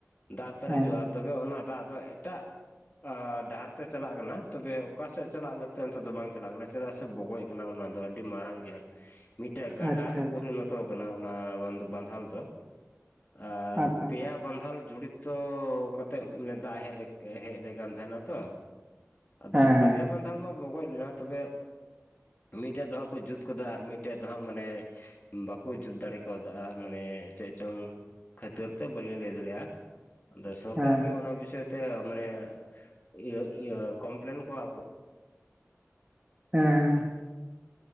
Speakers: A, on the left; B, on the right.
A: ᱫᱟᱜ ᱯᱮᱨᱮᱡᱚᱜᱼᱟ
B: ᱦᱮᱸ
A: ᱛᱚᱵᱮ ᱚᱱᱟ ᱫᱟᱜ ᱫᱚ ᱮᱴᱟᱜ ᱟᱨ ᱰᱟᱦᱟᱨ ᱛᱮ ᱪᱟᱞᱟᱜ ᱠᱟᱱᱟ ᱛᱚᱵᱮ ᱚᱠᱟ ᱥᱮᱫ ᱪᱟᱞᱟᱜ ᱞᱟᱹᱠᱛᱤ ᱚᱱᱛᱮ ᱫᱚ ᱵᱟᱝ ᱪᱟᱞᱟᱜ ᱠᱟᱱᱟ ᱪᱮᱫᱟᱜ ᱥᱮ ᱵᱚᱜᱚᱡ ᱟᱱᱟ ᱚᱱᱟ ᱫᱚ ᱟᱹᱰᱤ ᱢᱟᱨᱟᱝ ᱜᱮ ᱦᱟᱸᱜ ᱢᱤᱫᱴᱮᱡ ᱜᱟᱰᱟᱨᱮ
B: ᱟᱪᱪᱷᱟ
A: ᱯᱚᱨᱤᱱᱚᱛᱚ ᱠᱟᱱᱟ ᱚᱱᱟ ᱵᱟᱱᱫᱚ ᱵᱟᱸᱫᱷᱟᱞ ᱫᱚ᱾ ᱟᱨ
B: ᱟᱪᱪᱷᱟ
A: ᱯᱮᱭᱟ᱾ ᱵᱟᱸᱫᱷᱟᱞ ᱡᱚᱲᱤᱛᱚ ᱠᱟᱛᱮᱫ ᱢᱟᱱᱮ ᱫᱟᱜ ᱦᱮᱡ ᱞᱮ ᱦᱮᱡ ᱞᱮᱱ ᱠᱟᱱ ᱛᱟᱦᱮᱱᱟ ᱛᱚ᱾ ᱟᱫᱚ
B: ᱦᱮᱸ
A: ᱵᱟᱨᱭᱟ ᱵᱟᱸᱫᱷᱟᱲ ᱢᱟ ᱵᱚᱜᱚᱡ ᱞᱮᱱᱟ ᱛᱚᱵᱮ ᱢᱤᱫᱴᱮᱡ ᱫᱚ ᱦᱟᱸᱜ ᱠᱚ ᱡᱩᱛ ᱩᱱᱠᱩ ᱫᱚ ᱟᱨ ᱢᱤᱫᱴᱮᱡ ᱫᱚ ᱦᱟᱸᱜ ᱢᱟᱱᱮ ᱵᱟᱠᱚ ᱡᱩᱛ ᱫᱟᱲᱮ ᱠᱟᱣᱫᱟ ᱢᱟᱱᱮ ᱪᱮᱫ ᱪᱚᱝ ᱠᱷᱛᱤᱨ ᱛᱨ ᱵᱥᱞᱤᱣ ᱞᱟᱹᱭ ᱫᱟᱲᱮᱭᱟᱜ-ᱟ᱾ ᱟᱫᱚ ᱥᱚᱨᱠᱟᱨ
B: ᱦᱮᱸ
A: ᱜᱮ ᱚᱱᱟ ᱵᱤᱥᱚᱭ ᱛᱮ ᱤᱭᱟᱹ ᱤᱭᱟᱹ ᱢᱟᱱᱮ ᱠᱚᱢᱯᱞᱮᱱ ᱠᱚᱣᱟ ᱠᱚ᱾
B: ᱦᱮᱸ᱾